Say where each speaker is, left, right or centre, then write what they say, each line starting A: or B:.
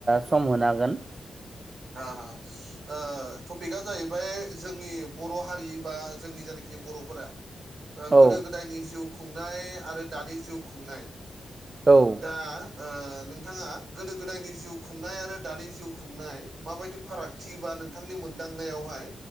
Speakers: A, on the right; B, on the right.
A: सम होनो हागोन
B: ह ह ओ टपिकआ जाहैबाय जोंनि बर' हारि बा जोंनि जायनाखि बर'फोरा ओ
A: औ
B: गोदो गोदायनि जिउ खुंनाय आरो दानि जिउ खुंनाय
A: औ
B: दा ओ नोंथाङा गोदो गोदायनि जिउ खुंनाय आरो दानि जिउ खुंनाय माबायदि फारागथि बा नोंथांनि मोनदांनायावहाय